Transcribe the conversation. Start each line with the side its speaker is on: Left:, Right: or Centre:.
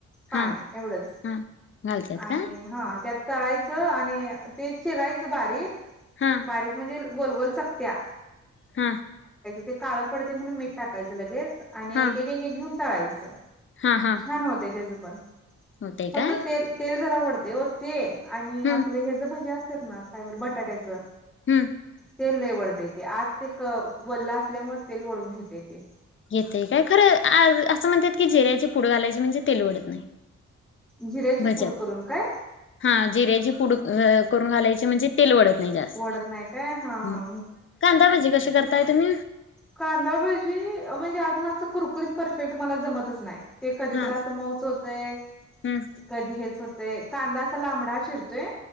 Centre: पाणी
Left: हा
Centre: एवढंच
Left: हा घालतात
Centre: आणि
Left: का
Centre: हा त्यात चढयचं आणि ते चिरायचं बारीक.
Left: हा
Centre: <unintelligible> टाकायचं
Left: हा
Centre: ते काळं पडते म्हणून मीठ टाकायचं लगेच आणि
Left: हा
Centre: एक एक एक घेऊन तळायचं.
Left: हा हा
Centre: छान होते त्याच पण
Left: होतय
Centre: फक्त
Left: काय
Centre: तेल तेल जरावडते ते. आणि
Left: हम्म
Centre: आपलं हे ज भजी असतात ना कायवर बटाट्याच.
Left: हम्म
Centre: तेल लवडता येते आत ते वल्ला असल्यामुळे तेल वळून घेतता येते.
Left: येते काय खरं असं म्हणतात की जेरायची पुड घालायची म्हणजे तेलवडत नाही.
Centre: जिऱ्याची
Left: भज्यात
Centre: पूड करून काय.
Left: हा जिऱ्याची पुड करून घालायची म्हणजे तेल वाढत नाही जास्त.
Centre: वडत नाही काय हा
Left: हम्
Centre: हा
Left: कांदा पाजे कशी करताय तुम्ही
Centre: कांदाभजी म्हणजे अजून असं कुरकुरीत परफेक्ट मला जमतच नाही. ते कधी
Left: हा
Centre: तर असं मऊच होतय
Left: हम्म
Centre: कधी हेच होत. ते कांदा असा लांबडा चिरतोय.